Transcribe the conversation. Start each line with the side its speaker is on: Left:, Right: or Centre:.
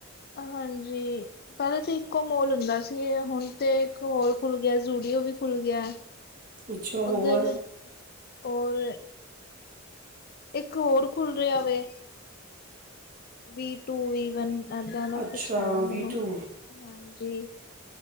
Left: ਹਾਂਜੀ ਪਹਿਲੇ ਤੇ ਇੱਕੋ ਮੋਲ ਹੁੰਦਾ ਸੀ ਹੁਣ ਤੇ ਇੱਕ ਹੋਰ ਖੁੱਲ ਗਿਆ ਜੂਡੀਓ ਵੀ ਖੁੱਲ ਗਿਆ
Right: ਅੱਛਾ ਹੋਰ
Left: ਉਧਰ ਹੋਰ ਇੱਕ ਹੋਰ ਖੁੱਲ ਰਿਹਾ ਵੇ ਵੀ ਟੂ ਵੀ ਵਨ ਏਦਾਂ ਦਾ
Right: ਅੱਛਾ
Left: ਕੁਛ ਹੈਗਾ ਮੈਨੂੰ
Right: ਵੀ ਟੂ
Left: ਹਾਂਜੀ